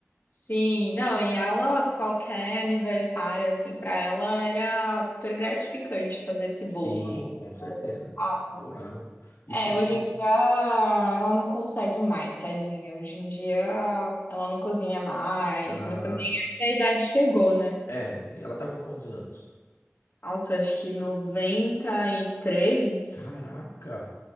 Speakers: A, on the left (about 45°); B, on the left (about 75°).
A: sim. Não, e ela, qualquer aniversário, assim, pra ela era super gratificante fazer esse bolo,
B: Sim, com
A: né?
B: certeza.
A: Ela gostava.
B: Adorava. E
A: É,
B: você lembra?
A: hoje em dia ela não consegue mais, tadinha. Hoje em dia ela não cozinha mais,
B: Ah,
A: mas também é porque a idade chegou, né?
B: é, não tem. Ela tá com quantos anos?
A: Nossa, acho que noventa e três
B: Caraca!